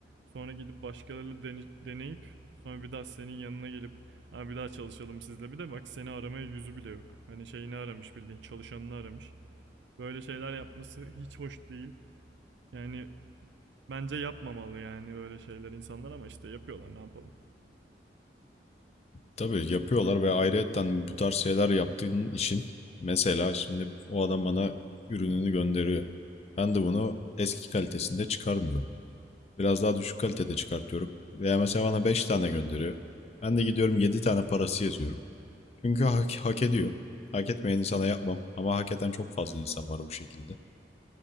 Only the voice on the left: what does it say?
Tabii yapıyorlar ve ayrıyetten bu tarz şeyler yaptığın için mesela şimdi o adam bana ürününü gönderiyor. Ben de bunu eski kalitesinde çıkarmıyorum. Biraz daha düşük kalitede çıkartıyorum. Veya mesela bana 5 tane gönderiyor. Ben de gidiyorum 7 tane parası yazıyorum. Çünkü hak, hak ediyor. Hak etmeyen insana yapmam. Ama hak eden çok fazla insan var bu şekilde.